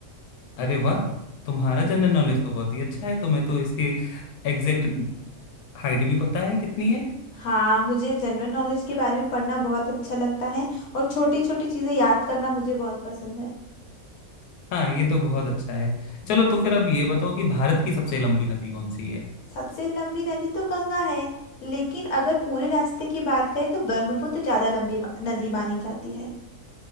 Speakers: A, on the left (about 85°); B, on the left (about 60°).
A: अरे वाह तुम्हारा जनरल नॉलेज तो बहुत ही अच्छा है तुम्हें तो इसकी एग्जैक्ट हाइट भी पता है कितनी है
B: हाँ मुझे जनरल नॉलेज के बारे में पढ़ना बहुत अच्छा लगता है और छोटी छोटी चीज़ें याद करना मुझे बहुत पसंद है
A: हाँ ये तो बहुत अच्छा है चलो तो फिर अब ये बताओ कि भारत की सबसे लंबी नदी कौन सी है
B: सबसे लंबी नदी तो गंगा है लेकिन अगर पूरे रास्ते की बात करें तो ब्रह्मपुत्र ज़्यादा लंबी मा- नदी मानी जाती है